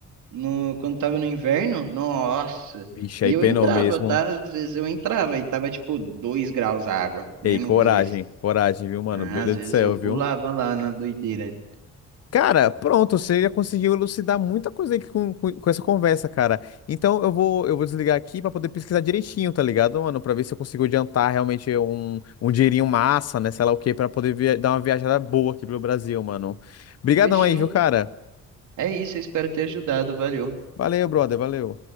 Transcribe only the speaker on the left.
Vixe,
aí
penou
mesmo.
Ei, coragem,
coragem, viu, mano?
Meu Deus
do céu,
viu?
Cara, pronto, você já conseguiu elucidar muita coisa aí com, com, com essa conversa, cara. Então eu vou, eu vou desligar aqui pra poder pesquisar direitinho, tá ligado, mano? Pra ver se eu consigo adiantar realmente um, um dinheirinho massa, né? Sei lá o quê, pra poder via- dar uma viajada boa aqui pelo Brasil, mano. Obrigadão
aí, viu, cara?
Valeu, brother, valeu.